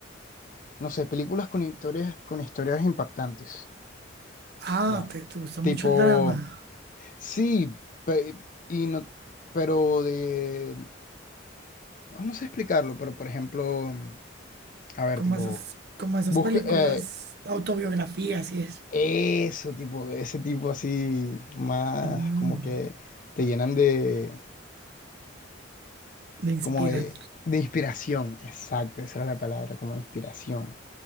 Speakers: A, on the left (about 40°); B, on the right (about 55°).
A: no sé, películas con historias, con historias impactantes.
B: Ah,
A: Ya.
B: te, te gusta
A: Tipo,
B: mucho el drama.
A: Sí, pe- y no, pero de, oh, no sé explicarlo, pero por ejemplo, a ver,
B: Como
A: tipo,
B: esas, como esas
A: busca
B: películas,
A: eh,
B: autobiografías y eso.
A: eso, tipo, ese tipo así, más
B: Mm,
A: como que te llenan de,
B: me inspiran.
A: como de, de inspiración, exacto, esa era la palabra, como inspiración.